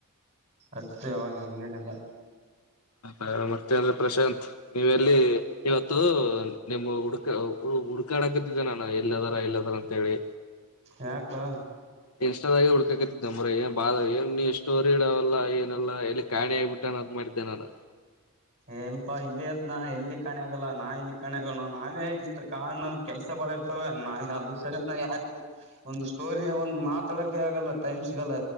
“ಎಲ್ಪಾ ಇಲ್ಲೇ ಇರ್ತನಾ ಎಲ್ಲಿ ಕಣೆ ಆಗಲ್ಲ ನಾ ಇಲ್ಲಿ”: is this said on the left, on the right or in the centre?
Right